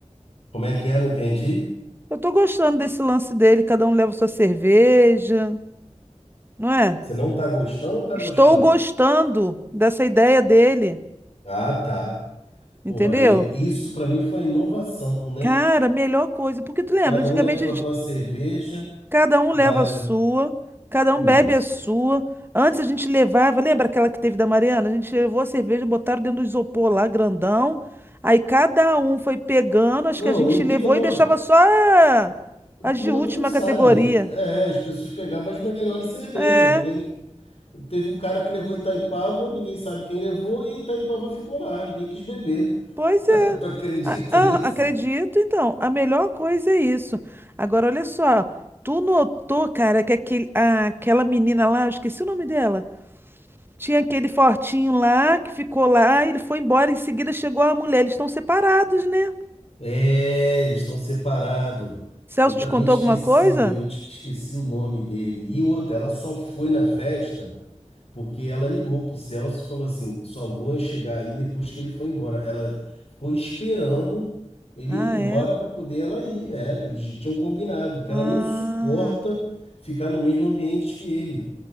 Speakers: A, on the left; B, on the right.
A: Como é que é? Não entendi.
B: Eu tô gostando desse lance dele, cada um leva sua cerveja, não é?
A: Você não tá gostando ou tá
B: Estou
A: gostando?
B: gostando dessa ideia dele.
A: Ah, tá. Pô,
B: Entendeu?
A: aí, isso pra mim foi inovação, né?
B: Cara, melhor coisa. Porque tu lembra,
A: Cada
B: antigamente
A: um leva
B: a gente-
A: a tua cerveja,
B: cada um
A: vai
B: leva
A: lá.
B: a sua, cada um
A: Isso.
B: bebe a sua. Antes a gente levava, lembra aquela que teve da Mariana? A gente levou a cerveja, botaram dentro do isopor lá, grandão. Aí cada um foi pegando, acho
A: Não,
B: que a gente
A: e o
B: levou
A: pior.
B: e deixava só a-
A: O
B: as
A: pior,
B: de última
A: tu não sabe.
B: categoria.
A: É, as pessoas pegavam as melhores cervejas.
B: É,
A: Ninguém. Teve um cara que levou Itaipava, ninguém sabe quem levou, e a Itaipava ficou lá, ninguém quis beber.
B: pois
A: <laughs>
B: é.
A: Tu acredita
B: A- ah,
A: nisso?
B: acredito, então. A melhor coisa é isso. Agora, olha só. Tu notou, cara, que aquele, a- aquela menina lá, eu esqueci o nome dela. Tinha aquele fortinho lá que ficou lá, ele foi embora, em seguida chegou a mulher. Eles estão separados, né?
A: É, eles estão separados.
B: Celso
A: Eu também
B: te contou
A: esqueci,
B: alguma coisa?
A: eu te- esqueci o nome dele. E outra, ela só foi na festa. porque ela ligou pro Celso e falou assim: só vou chegar aí depois que ele foi embora. Ela ficou esperando ele
B: Ah,
A: ir embora
B: é?
A: para poder ela ir. É, eles já tinham combinado que
B: Ah,
A: ela não suporta ficar no mesmo ambiente que ele.